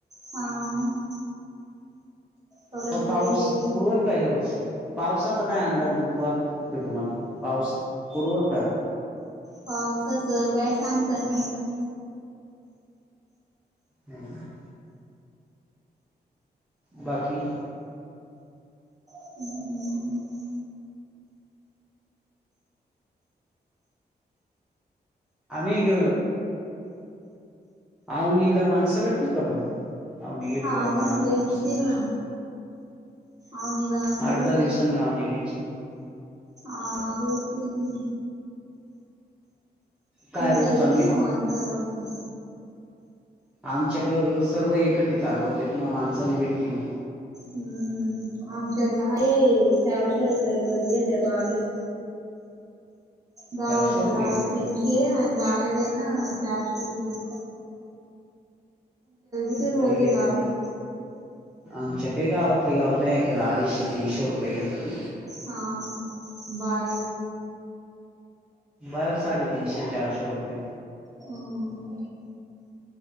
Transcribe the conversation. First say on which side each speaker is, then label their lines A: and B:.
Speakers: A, on the right (about 20°); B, in the centre.
A: हा मग. परत
B: पण पाऊस
A: हे
B: पुरवल का या वर्षी पावसाचा काय अंदाज वाटते तुम्हाला पाऊस पुरवल का?
A: पावसाच काय सांगता नाही येत.
B: हम्म बाकी?
A: <unintelligible>
B: आम्ही आवनीला माणसं भेटतील का पण औऊनी घेतले
A: हा
B: होते
A: मग
B: आत्ता
A: भेटतील
B: दिसेना
A: ना. आवनीला माणसं
B: आठ दहा दिवसांनी अवनी घ्यायची.
A: आ भेटतील ना
B: काय
A: तुमच्याकड
B: रोज चालू
A: नाही ना माणस राहती.
B: आमच्याक हे सर्व एकखट्टी चालू होतेत ना माणस नाही भेटती ना
A: हम्म आमच्याक हाय चारशे रुपये रोज घ्यात्या बावीस गावातल्या
B: चारशे रुपये
A: गावात
B: घेते ती
A: तीनशे आणि बाहेर ये ना चारशे घेतेत. किती रोज
B: नाही घेत्या
A: आहे गावात?
B: की आमच्याक गावातल्या गावात आहे एक अडीचशे तीनशे रुपये घेतात.
A: हा बाय.
B: बाहेर साडेतीनशे-चारशे रुपये
A: हम्म